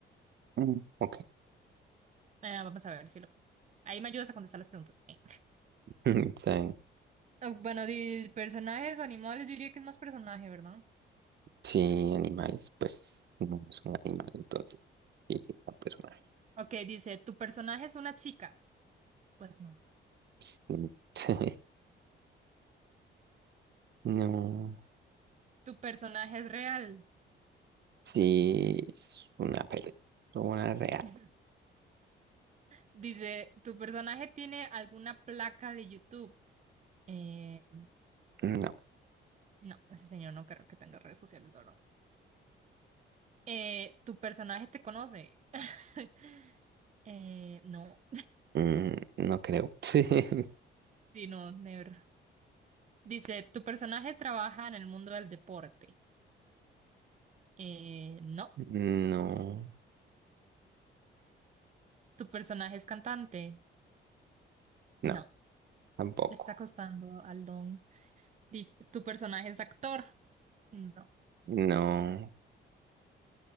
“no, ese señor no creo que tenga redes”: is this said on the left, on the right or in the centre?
Right